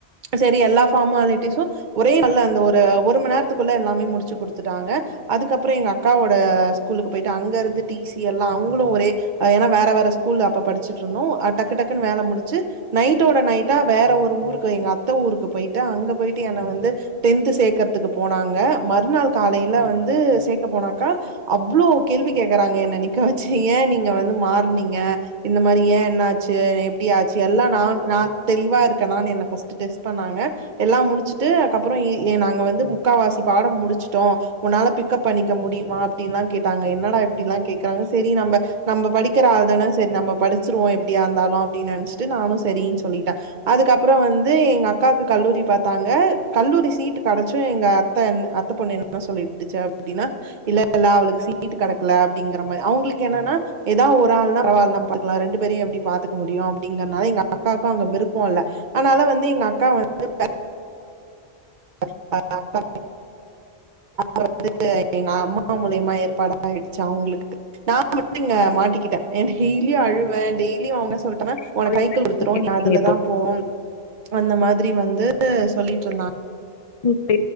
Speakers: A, on the right (about 55°); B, on the left (about 45°).
A: செரி எல்லா ஃபார்மாலிட்டிஸும் ஒரே நாள்ள அந்த ஒரு ஒரு மணி நேரத்துக்குள்ள எல்லாமே முடிச்சு குடுத்துட்டாங்க அதுக்கப் ப்புற எங்க அக்காவோட ஸ்கூலுக்கு போயி ட்டு அங்க இருந்துட்டு டி சி எல்லா அவங்களு ஒரே ஏனா வேற வேற ஸ்கூல் அப்ப படிச்சட்டு இருந்தோ அ டக்கு டக்குன்னு வேலை முடிச்சு நைட்டோட நைட்டா வேற ஒரு ஊருக்கு எங்க அத்த ஊருக்கு போயிட்டு அங்க போயிட்டு என்ன வந்து டென்து சேக்கறதுக்கு போனாங்க மறுநாள் காலையில வந்து சேக்க போனாக்கா அவ்ளோ கேள்வி கேக்குறாங்க என்ன நிக்க வச்சு ஏ நீங்க வந்து மாறனீங்க இந்த மாரி ஏ என்ன ஆச்சு எப்டி ஆச்சு எல்லாம் நா நா தெளிவா இருக்கனானு என்ன ஃபர்ஸ்ட்டு டெஸ் பண்ணாங்க எல்லா முடிச்சுட்டு அதுக்கப்றொ ஏ நாங்க வந்து முக்காவாசி பாடம் முடுச்ட்டோ உன்னால பிக்கப் பண்ணிக்க முடியுமா அப்டில்லா கேட்டாங்க என்னடா இப்டிலா கேக்குறாங்க செரி நம்ம நம்ப படிக்கிற ஆள் தானே சரி நம்ப படிச்ருவோ எப்டியா ருந்தாலு அப்டினு நெனச்சிட்டு நானு சரினு சொல்ட்டே அதுக்கப்புற வந்து எங்க அக்காக்கு கல்லூரி பாத்தாங்க கல்லூரி சீட்டு கெடச்சும் எங்க <unintelligible> அத்த பொண்ணு என்ன சொல்லிருந்துச்சு அப்டினா இல்ல இல்ல அவளுக்கு சீட்டு கெடக்கல அப்டிங்கற மாரி அவங்களுக்கு என்னன்னா ஏதாவ ஒரு ஆள்னா பரவால்ல பாத் துகல ரெண்டு பேரயு எப்டி பாத்துக்க முடியு அப்டிங்கறனால எங்க அக்காக்கு அங்க விருப் போல அதனால வந்து எங்கக்கா வந்து <inaudible> <inaudible> வந்து எங்கம்மா மூலியமா ஏற்பாடா ஆயிடுச்ச அவங்களுக்கு நா மட்டு இங்க மாட்டிக்கிட்டே <inaudible> லி அழுவ டெய்லி வாங்க சொல்ட்டன
B: உங்க
A: உனக்
B: வீட்டுக்கு
A: கைக்கடுத்துரு அதுலதா
B: நீங்க இப்போ
A: போவோம் அந்த மாதிரி வந்து சொல்லிட்ருந்தாங்க
B: ம்